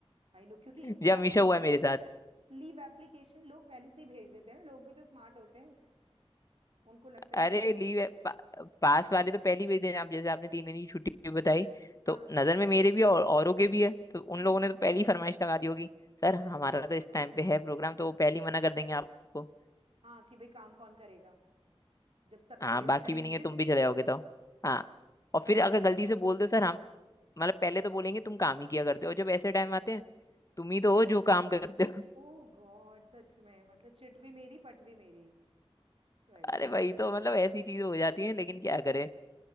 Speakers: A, on the right (about 65°); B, on the left (about 35°).
A: आई नो क्योंकि
B: <laughs>
A: इनके
B: ये हमेशा
A: पास ना
B: हुआ है मेरे साथ
A: <laughs> लीव एप्लीकेशन लोग पहले से ही भेज देते हैं ना लोग भी तो स्मार्ट होते हैं उनको लगता
B: अरे
A: है कि चलो
B: लीव है पा, पास वाले तो पहली ही दिन आप जैसे आपने तीन दिन की छुट्टी बताई
A: हाँ
B: तो नजर में मेरे भी और औरों के भी है तो उन
A: हम्म
B: लोगों ने तो पहली ही फरमाइश लगा दी होगी सर हमारा
A: हाँ
B: तो इस टाइम पे है प्रोग्राम तो वो पहले ही मना कर देंगे आपको
A: हाँ कि भाई काम कौन करेगा जब सब
B: हाँ
A: चले <laughs>
B: बाकी
A: जाएंगे
B: भी नहीं है तुम
A: तो
B: भी चले जाओगे तो हाँ और फिर
A: बाप
B: अगर गलती
A: रे
B: से बोल दो सर हम मतलब पहले तो बोलेंगे तुम काम ही किया करते हो और जब ऐसे टाइम आते हैं तुम ही तो हो जो काम करते हो
A: ओ गॉड सच में मतलब चिट भी मेरी पट भी मेरी
B: <laughs>
A: सही
B: अरे भाई तो मतलब ऐसी चीज हो जाती है लेकिन क्या करे